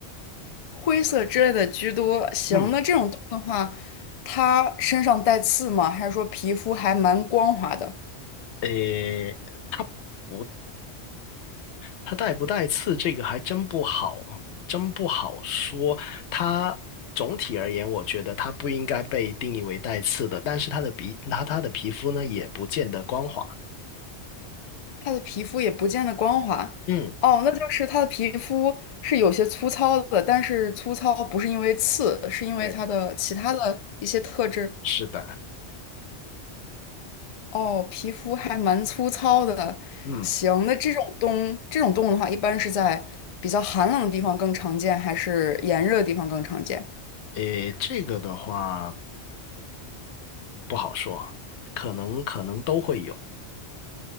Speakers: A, on the left; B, on the left.
A: 灰色之类的居多。行，
B: 嗯，
A: 那这种动物的话，它身上带刺吗？还是说皮肤还蛮光滑的？
B: 诶，它不。它带不带刺这个还真不好啊，真不好说。它总体而言，我觉得它不应该被定义为带刺的，但是它的皮，他它的皮肤呢，也不见得光滑。
A: 它的皮肤也不见得光滑。
B: 嗯，
A: 哦，那就是它的皮肤是有些粗糙的，但是粗糙不是因为刺，是因为它的其他的一些特质。
B: 对，是的，
A: 哦，皮肤还蛮粗糙的。
B: 嗯，
A: 行，那这种动这种动物的话，一般是在比较寒冷的地方更常见，还是炎热的地方更常见？
B: 诶，这个的话不好说，可能可能都会有。